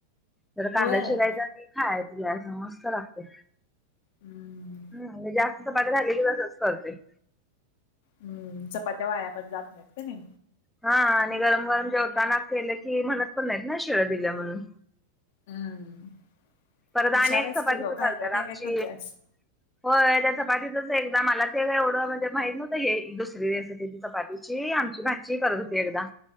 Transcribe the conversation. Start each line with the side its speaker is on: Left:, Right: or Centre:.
Centre: जरा कांदा
Left: व्हय
Centre: चिरायचा आणि खायाला घ्यायचं असं मस्त लागतंय.
Left: हूं,
Centre: हम मी जास्त चपाती राहिली की तसंच करतोय.
Left: हम, चपात्या वाया पण जात नाहीत का नाही.
Centre: हा आणि गरम गरम जेवताना केलं की म्हणत पण नाहीत ना शिळं दिलं म्हणून.
Left: हम्म,
Centre: परत
Left: हुशार
Centre: अनी एक
Left: आहेस
Centre: चपातीचं
Left: तू ग काय
Centre: करत्यात
Left: काय काय
Centre: आमची.
Left: काय करतेस
Centre: होय, त्या चपातीतच एकदा मला ते एवढं म्हणजे माहित नव्हतं हे दुसरी रेसिपी. चपातीची आमची भाची करत होती एकदा